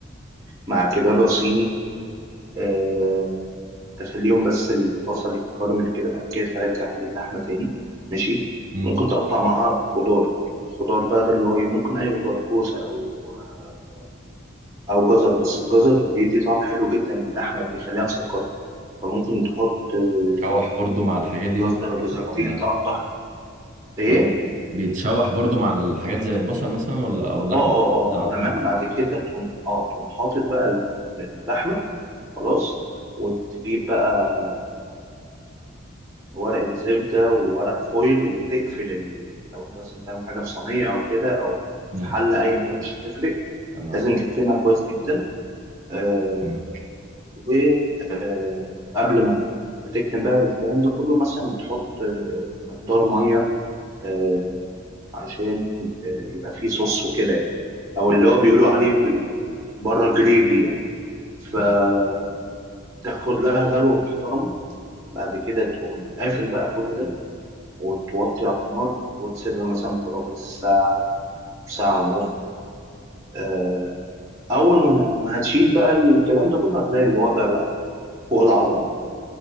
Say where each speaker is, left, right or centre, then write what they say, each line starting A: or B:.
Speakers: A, on the right; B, on the right.
A: مع كبابة صيني آه، تخليهم بس البصل يتكرمل كده بعد كده ترجع عليه اللحمة تاني ماشي
B: مم.
A: ممكن تقطع معاها خضار خضار بقى ده اللي هو إيه، ممكن أي خضار كوسة أو آه، أو جزر بس الجزر بيدي طعم حلو جدا للحمة بيخليها مسكرة فممكن تحط آه،
B: بتتشوح برضو مع الحاجات دي
A: جزرة
B: وهي بتتشوح
A: جزرتين
B: ولا
A: تقطعها إيه؟
B: ولا بيتشوح برضو مع الحاجات زي البصل مثلا ولا او اللحم
A: آه آه
B: على
A: آه تمام
B: طول
A: بعد كده تقوم آه تقوم حاطط بقى اللحمة خلاص وتجيب بقى ورقة زبدة وورق فويل وتقفل ال... لو انت مثلا بتعمل حاجة في صينية أو كده أو
B: مم.
A: في حلة أيا كان مش هتفرق
B: انا
A: لازم تكتمها كويس جدا آه
B: مم.
A: وقبل ما ما تكتم بقى الكلام ده كله مثلا بتحط مقدار مية آه عشان آه يبقى فيه صوص وكده يعني أو
B: آه.
A: اللي هو بيقولوا عليه بال... بره جريفي يعني فتاخد
B: مم.
A: لها غلوة محترمة بعد كده تقوم قافل بقى كل ده وتوطي على نار وتسيبها مثلا قرابة الساعة ساعة ونص آه، أول ما ما هتشيل بقى الكلام ده كله هتلاقي الوضع بقى فوق العظمة يعني.